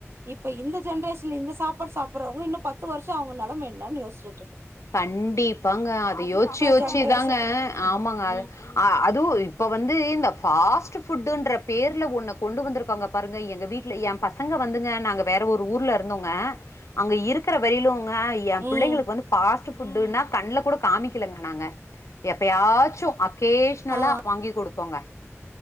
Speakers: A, on the right; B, on the left.
A: இப்ப இந்த ஜென்ரேஷன்ல இந்த சாப்பாடு சாப்படுறவங்க இன்னும் பத்து வருஷம் அவங்க நிலம என்னான்னு யோசிட்டு இருக்கேன்
B: கண்டிப்பாங்க அது யோசிச்சு யோச்சிதாங்க
A: ஜென்ரேஷன்
B: ஆமாங்க
A: ம்
B: அதுவும் இப்ப வந்து இந்த ஃபாஸ்ட் ஃபுட்டுன்றப் பேர்ல ஒன்னு கொண்டு வந்திருக்கோங்க பாருங்க எங்க வீட்ல என் பசங்க வந்துங்க நாங்க வேற ஒரு ஊர்ல இருந்தோங்க அங்க இருக்கிற வெயிலும்ங்க என்
A: ம்
B: பிள்ளைங்களுக்கு வந்து பாஸ்ட்டு புட்டுன்னா கண்ணுல கூட காமிக்கலங்க நாங்க எப்பயாச்சும் அப் கேஷனலா
A: ஆ
B: வாங்கி குடுப்போங்க